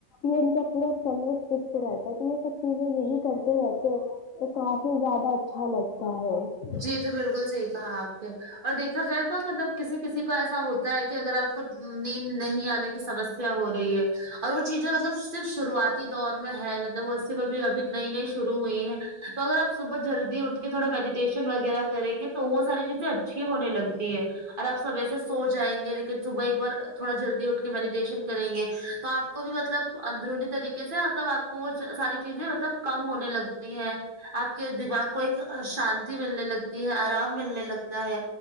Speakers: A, on the left; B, on the right.
A: یہ ان کا پورا سمے فکس رہتا ہے تو یہ سب چیزیں یہی کرتے رہتے تو کافی زیادہ اچھا لگتا ہے
B: جی یہ تو بالکل صحیح کہا آپ نے اور دیکھا جائے توا مطلب کسی کسی کو ایسا ہوتا ہے کہ اگر آپ کو نیند نہیں آنے کی سمسیا ہو رہی ہے اور وہ چیزیں مطلب صرف شروعاتی دور میں ہے مطلب ویسے میں بھی ابھی نئی نئی شروع ہوئی ہے تو اگر آپ صبح جلدی اٹھ کے تھوڑا میڈی ٹشن وغیرہ کریں گے تو وہ ساری چیزیں اچھی ہونے لگتی ہے اور آپ سمے سے سو جائیں گے لیکن صبح ایک بار تھوڑا جلدی اٹھ کے میڈیٹیشن کریں گے تو آپ کو بھی مطلب اندرونی طریقے سے مطلب آپ وہ ساری چیزیں مطلب کم ہونے لگتی ہیں آپ کے دماغ کو ایک ا شان تی ملنے لگتی ہے آرام ملنے لگتا ہے